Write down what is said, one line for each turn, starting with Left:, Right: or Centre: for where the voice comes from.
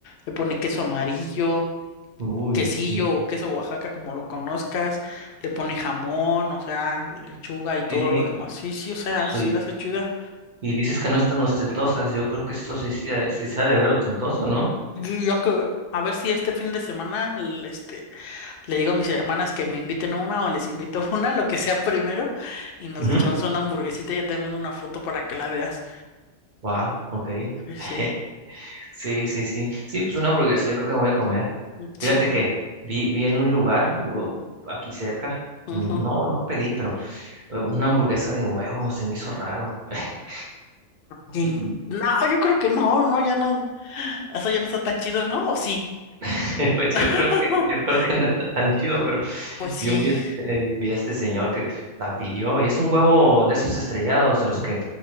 Left: le pone queso amarillo
Right: uy,
Left: quesillo
Right: sí,
Left: o queso Oaxaca, como lo conozcas, le pone jamón, o sea, lechuga y todo
Right: sí,
Left: lo demás. Sí, sí, o sea, sí
Right: sí,
Left: las hace chida.
Right: Y dices que no están ostentosas. Yo creo que esto sí, sí, ha- sí se ha de ver ostentoso, ¿no?
Left: Y yo que, a ver si este fin de semana le, este, le digo a mis hermanas que me inviten una o les invito <laughs> una, lo que sea primero, y nos
Right: Ujú.
Left: echamos una hamburguesita y ya te mando una foto para que la veas.
Right: Va, ok.
Left: Sí, sí.
Right: <laughs> Sí, sí, sí. Sí, pues una hamburguesa, yo creo que me voy a comer. Fíjate
Left: Sí,
Right: que vi, vi en un lugar u- aquí cerca.
Left: ujú.
Right: n- No, no pedí, pero eh, una hamburguesa de huevo se me hizo raro. <laughs>
Left: Y-
Right: Y-
Left: no, yo creo que no, no, ya no, eso ya no está tan chido, ¿no? ¿O sí?
Right: <laughs> Pues yo creo
Left: <laughs>
Right: que, yo creo que no está tan chido, pero
Left: Pues sí.
Right: yo vi, este- vi a este señor que la pidió y es un huevo de esos estrellados de los que